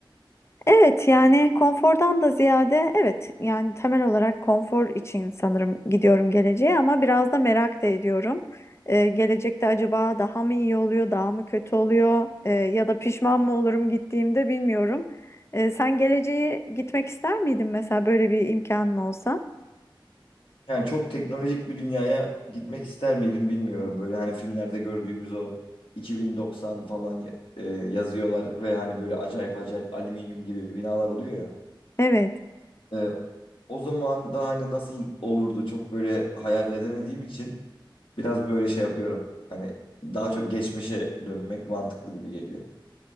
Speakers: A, on the left; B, on the left.
A: Evet yani konfordan da ziyade evet yani temel olarak konfor için sanırım gidiyorum geleceğe ama biraz da merak da ediyorum. E, gelecekte acaba daha mı iyi oluyor, daha mı kötü oluyor E, ya da pişman mı olurum gittiğimde bilmiyorum. E, sen geleceğe gitmek ister miydin mesela böyle bir imkanın olsa?
B: Yani çok teknolojik bir dünyaya gitmek ister miydim bilmiyorum. Böyle hani filmlerde gördüğümüz o 2090 falan e, yazıyorlar ve hani böyle acayip acayip alüminyum gibi binalar oluyor ya.
A: Evet.
B: E, o zaman da hani nasıl olurdu çok böyle hayal edemediğim için biraz böyle şey yapıyorum. Hani daha çok geçmişe dönmek mantıklı gibi geliyor.